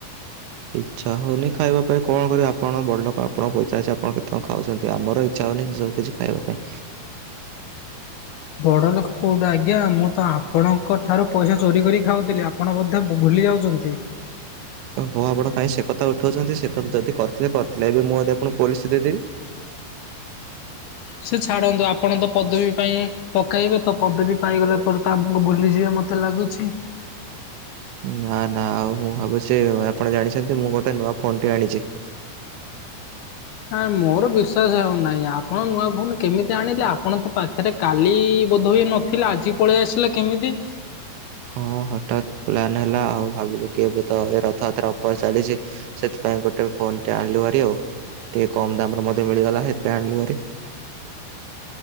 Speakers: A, on the right; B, on the left.
A: ଇଚ୍ଛା ହଉନି ଖାଇବା ପାଇଁ କଣିବି ଆପଣ ବଡ଼ଲୋକ ଆପଣଙ୍କ ପଇସା ଅଛି। ଆପଣ କେତେ କଣ ଖାଉଛନ୍ତି ଆମର ଇଚ୍ଛା ହଉନି ସେ ସବୁ। ଖାଇବା ପାଇଁ।
B: ବଡ ଲୋକ କୋଉଠି ଆଜ୍ଞା। ମୁଁ ତ ଆପଣ ଙ୍କ ଠାରୁ ପଇସା ଚୋରି କରି ଖାଉଥିଲେ। ଆପଣ ବୋ ଭୁଲି ଯାଉଛନ୍ତି।
A: ଓ ହୋ ଆପଣ କାଇହିଁ ସେ କଥା ଉଠଉଛନ୍ତି। ସେ କଥା ଯଦି କରିଥିଲେ କରିଥିଲେ ଏବେ ମୁଁ ଯଦି ଆପଣଙ୍କୁ ପୋଲିସ ଦେଇଦେବି
B: ସେ ଛାଡନ୍ତୁ ଆପଣ ତ ପଦବୀ ପାଇଁ ପକେଇବେ ତ ପଦବୀ ପାଇଗଲା ପରେ ତ ଆମକୁ ଭୁଲିଯିବା ମତେ ଲାଗୁଛି।
A: ନା ନା ଆଉ ମୁଁ ଭାବୁଛି ଆପଣ ଜାଣିଛନ୍ତି ମୁଁ ଗୋଟେ ନୂଆ ଫୋନ ଟି ଆଣିଛି।
B: ହ ମୋର ବିଶ୍ଵାସ ହଉନାହିଁ ଆପଣ ନୂଆ ଫୋନ କେମିତି ଆଣିଲେ। ଆପଣ ତ ପାଖରେ କାଲି ବୋଧ ହୁଏ ନଥିଲା, ଆଜି ପଳେଇ ଆସିଲା କେମିତି?
A: ହଁ ହଠାତ୍ ପ୍ଲନ୍ ହେଲା। ଆଉ ଭାବିଲୁ କି ଏବେ ତ ଏ ରଥଯାତ୍ରା ଉପର ଚାଲିଛି। ସେଥିପାଇଁ ଗୋଟେ ଫୋନ ଆଣିଲୁ। ଆଉ ଟିକେ କମ ଦାମରେ ମିଳିଗଲା ସେଥିପାଇଁ ଆଣିଲୁ।